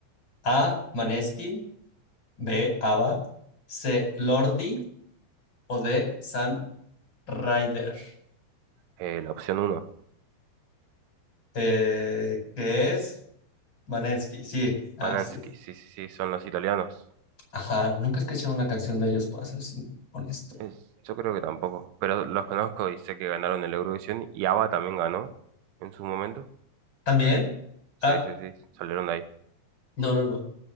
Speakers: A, on the left; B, on the right.
A: A. Maneskin, B. ABBA, C. Lordi o D. San Ryder.
B: Eh, la opción 1.
A: Eh, ¿qué es? Maneskin, sí. Ah,
B: Manansky,
A: sí.
B: sí, sí, sí, son los italianos.
A: Ajá, nunca escuché una canción de ellos, para ser sin- honesto.
B: Es- yo creo que tampoco, pero los conozco y sé que ganaron el Eurovisión y ABBA también ganó en su momento.
A: ¿También?
B: Sí,
A: Ah,
B: sí, sí, salieron de ahí.
A: no, no, no.